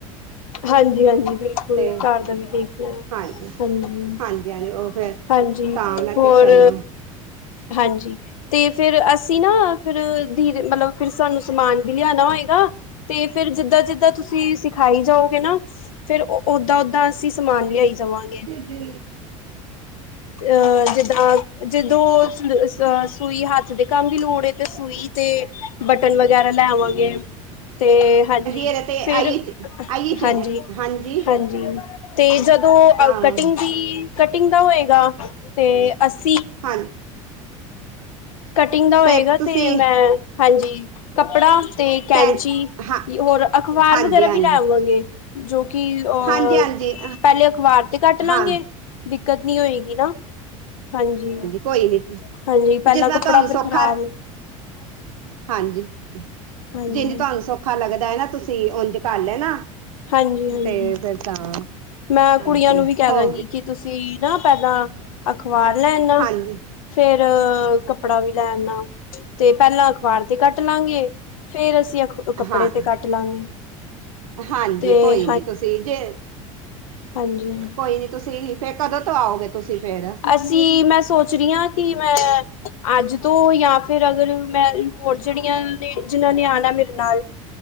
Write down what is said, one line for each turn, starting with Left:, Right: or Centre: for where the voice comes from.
Left: ਹਾਂਜੀ-ਹਾਂਜੀ, ਬਿਲੁ ਕੋਈ
Right: ਤੇ
Left: ਘਰ ਦਾ ਵੀ ਦੇਖਣਾ ਆ
Right: ਹਾਂਜੀ
Left: ਹਾਂਜੀ-ਹਾਂਜੀ
Right: ਹਾਂਜੀ ਹਾਂਜੀ ਉਹ ਫੇਰ ਤਾਂ ਮੈਂ
Left: ਹੋਰ
Right: ਕਿਹਾ ਚਲੋ
Left: ਹਾਂਜੀ, ਤੇ ਫਿਰ ਅਸੀਂ ਨਾ ਫਿਰ ਧੀਰੇ ਮਤਲਬ ਫਿਰ ਸਾਨੂੰ ਸਮਾਨ ਵੀ ਲਿਆਣਾ ਹੋਏਗਾ ਤੇ ਫੇਰ ਜਿੱਦਾਂ-ਜਿੱਦਾਂ ਤੁਸੀਂ ਸਿਖਾਈ ਜਾਓ। ਹੈਨਾ ਫੇਰ ਓਦਾਂ-ਓਦਾਂ ਅਸੀਂ ਸਮਾਨ ਲਿਆਈ ਜਾਵਾਂਗੇ।
Right: ਤੇ
Left: ਅਹ ਜਿੱਦਾਂ ਜਦੋਂ ਅ ਸੂਈ ਹੱਥ ਦੇ ਕੰਮ ਦੀ ਲੋੜ ਹੈ ਤੇ ਸੂਈ ਤੇ ਬਟਨ ਵਗੈਰਾ ਲੈਵਾਂਗੇ। ਤੇ ਹਾਂਜੀ,
Right: ਇਹਦੇ ਤੇ
Left: ਫਿਰ
Right: ਆਈ ਆਈ ਚੀਜ਼
Left: ਹਾਂਜੀ-ਹਾਂਜੀ।
Right: ਹਾਂਜੀ
Left: ਤੇ ਜਦੋਂ
Right: ਆਹੋ
Left: ਕਟਿੰਗ ਦੀ ਕਟਿੰਗ ਦਾ ਹੋਏਗਾ ਤੇ ਅੱਸੀ
Right: ਹਾਂਜ
Left: ਕਟਿੰਗ ਦਾ ਹੋਏਗਾ
Right: ਫੇਰ ਤੁਸੀਂ
Left: ਤੇ ਮੈਂ ਹਾਂਜੀ ਕੱਪੜਾ ਤੇ ਕੈਂਚੀ
Right: ਕਹਿ ਹਾਂ
Left: ਹੋਰ ਅਖਬਾਰ
Right: ਹਾਂਜੀ
Left: ਵਗੈਰਾ
Right: ਹਾਂਜੀ
Left: ਵੀ ਲੈਵਾਂਗੇ। ਜੋ ਕਿ ਅਹ
Right: ਹਾਂਜੀ ਹਾਂਜੀ
Left: ਪਹਿਲੇ ਅਖ਼ਬਾਰ ਤੇ ਕੱਟ ਲਾਂਗੇ।
Right: ਹਾਂ
Left: ਦਿੱਕਤ ਨੀ ਹੋਏਗੀ ਨਾ ਹਾਂਜੀ।
Right: ਕੋਈ ਨੀ
Left: ਹਾਂਜੀ ਪਹਿਲਾਂ
Right: ਜਿਸ ਤਰ
Left: ਕੱਪੜਾ
Right: ਤੁਹਾਨੂੰ
Left: ਫਿਰ
Right: ਸੌਖਾ
Left: ਖ਼ਰਾਬ
Right: ਹਾਂਜੀ।
Left: ਹਾਂਜੀ
Right: ਜਿਨੀ ਤੁਹਾਨੂੰ ਸੌਖਾ ਲੱਗਦਾ ਹੈ ਨਾ ਤੁਸੀਂ ਉਂਝ ਕਰ ਲੈਨਾ।
Left: ਹਾਂਜੀ। ਹਾਂਜੀ
Right: ਤੇ ਫੇਰ ਤਾਂ।
Left: ਮੈਂ
Right: ਹਾਂਜੀ
Left: ਕੁੜੀਆਂ ਨੂੰ ਵੀ ਕਹਿ
Right: ਹੋ
Left: ਦਾਂਗੀ ਕਿ ਤੁਸੀਂ ਬਈ ਨਾ ਪਹਿਲਾਂ ਅਖਬਾਰ ਲੈਆਣਾ
Right: ਹਾਂਜੀ
Left: ਫੇਰ ਕਪ ਕੱਪੜਾ ਵੀ ਲੈਆਣਾ ਤੇ ਪਹਿਲਾਂ ਅਖ਼ਬਾਰ ਤੇ ਕੱਟ ਲਾਂਗੇ, ਫੇਰ ਅਸੀਂ ਕੱਪੜੇ
Right: ਹਾਂ
Left: ਤੇ ਕੱਟ ਲਾਂਗੇ।
Right: ਹਾਂਜੀ,
Left: ਤੇ
Right: ਕੋਈ ਨੀ ਤੁਸੀਂ ਜੇ
Left: ਹਾਂਜੀ-ਹਾਂਜੀ।
Right: ਕੋਈ ਨੀ ਤੁਸੀਂ ਫੇਰ ਕਦੋਂ ਤੋਂ ਆਓਗੇ ਤੁਸੀਂ ਫੇਰ?
Left: ਅਸੀਂ ਮੈਂ ਸੋਚ ਰਹੀ ਹਾਂ ਕਿ ਮੈਂ ਅੱਜ ਤੋਂ ਜਾਂ ਫਿਰ ਅਗਰ ਮੈਂ ਹੋਰ ਜਿਹੜੀਆਂ ਜਿਨਾਂ ਨੇ ਆਣਾ ਮੇਰੇ ਨਾਲ